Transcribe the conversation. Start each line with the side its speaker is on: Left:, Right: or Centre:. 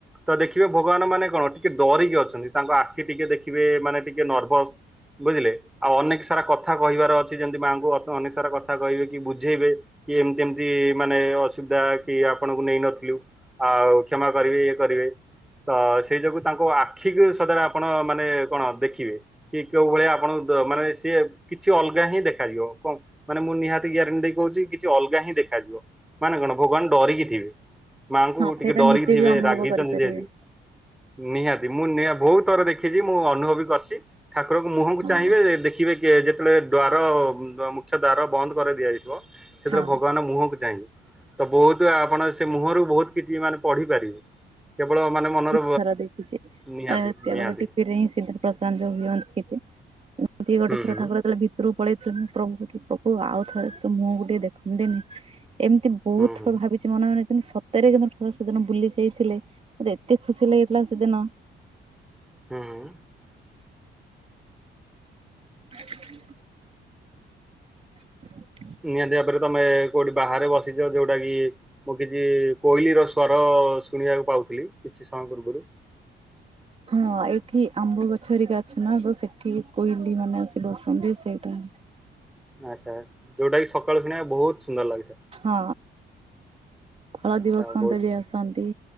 Centre: ତ ଦେଖିବେ ଭଗବାନ ମାନେ କଣ ଟିକେ ଡରିକି ଅଛନ୍ତି ତାଙ୍କ ଆଖି ଟିକେ ଦେଖିବେ ମାନେ ଟିକେ ନର୍ଭସ ବୁଝିଲେ ଆଉ ଅନେକ ସାରା କଥା କହିବାର ଅଛି। ଯେମତି ମାଙ୍କୁ ଅନିସାରା କଥା କହିବେ କି ବୁଝେଇବେ କି ଏମତି ଏମତି ମାନେ ା ଆପଣ ନେଇ ନଥିଲ ଆଉ କଷ କରିବେ ଇ କରିବେ। ସେଇ ଯୋଗୁ ତାଙ୍କ ଆଖିକୁ ସଦାବେଳେ ଆପଣ ମାନେ କଣ ଦେଖିବେ। କି କେଉଁ ଭଳିଆ ଆପଣଙ୍କୁ ମାନେ ସିଏ କିଛି ଅଲଗା ହିଁ ଦେଖାଯିବ କଣ? ମାନେ ମୁଁ ନିହାତି ଗ୍ୟାରେଣ୍ଟି ଦେଇ କହୁଛି କିଛି ଅଲଗା ହିଁ ଦେଖାଯିବ ମାନେ କଣ ଭଗବାନ ଡରିକି ଥିବେ। ମାଆଙ୍କୁ
Right: ହଁ
Centre: ଟିକେ
Right: ସେଇଟା
Centre: ଡରିକି
Right: ନିଜେ
Centre: ଥିବେ
Right: ବି ଅନୁଭବ
Centre: ରାଗିଛନ୍ତି
Right: କରିପାରିବେ।
Centre: ଯେହେତୁ ନିହାତି ମୁଁ ନିହା ବହୁତ ଥର ଦେଖିଛି ମୁଁ ଅନୁଭବ ବି କରିଛି। ଠାକୁରଙ୍କ ମୁହଁକୁ
Right: ହଁ
Centre: ଚାହିଁବେ ଦେଖିବେ ଯେତେବେଳେ ଦ୍ୱାର ମୁଖ୍ୟ ଦ୍ୱାର ବନ୍ଦ କରାଇ ଦିଆଯିବ, ସେତେବେଳେ
Right: ହଁ
Centre: ଭଗବାନ ମୁହଁକୁ ଚାହିଁବେ ତ ବହୁତ ଆପଣ ସେ ମୁହଁରୁ ବହୁତ କିଛି ମାନେ ପଢିପାରିବେ କେବଳ ମାନେ ମନର
Right: ଖରା ଦେଖିଛି
Centre: ନିହାତି
Right: ଆ କେବଳ
Centre: ନିହାତି
Right: ଟିକେ ରେ ହିଁ ସିଧା ପ୍ରସନ୍ନ ହୁଅନ୍ତିନି। ଏମିତି ଗୋଟେ
Centre: ହୁଁ
Right: ଥର
Centre: ହୁଁ
Right: ଠାକୁର ଯେତେବେଳେ ଭିତ ରକୁ ପଳେଇଥିଲେ ପ୍ରଭୁ୍। ଆଉ ଥରେ ତ ମୁଁ ଟିକେ ଦେଖନ୍ତିନି ଏମିତି ବହୁତ
Centre: ହୁଁ
Right: ଥର
Centre: ହୁଁ
Right: ଭାବିଛି ମନେ ମନେ କିନ୍ତୁ ସତରେ ସେଦିନ ବୁଲି ଯାଇଛି। ମୋତେ ଏତେ ଖୁସି ଲାଗିଥିଲା ସେଦିନ।
Centre: ହୁଁ।
Right: <inaudible> <inaudible>
Centre: ନିହାତି ଭାବରେ ତମେ କୋଉଠି ବାହାରେ ବସିଛ ଯୋଉଟା କି ମୁଁ କିଛି କୋଇଲିର ସ୍ଵର ଶୁଣିବାକୁ ପାଉଥିଲି କିଛି ସମୟ ପୂର୍ବରୁ।
Right: ହଁ ଏଠି ଆମ୍ବ ଗଛ ହେରିକା ଅଛି ନା ତ ସେଠି କୋଇଲି ମାନେ ଆସି ବସନ୍ତି ସେଇଟା
Centre: ଆଚ୍ଛା ଯୋଉଟା କିି ସକାଳୁ ଶୁଣିବା ବହୁତ ସୁନ୍ଦର ଲାଗିଥାଏ।
Right: ହଁ। ହଳଦୀ
Centre: ଆଚ୍ଛା
Right: ବସନ୍ତ
Centre: ବହୁତ
Right: ବି
Centre: ଭଲ।
Right: ଆସନ୍ତି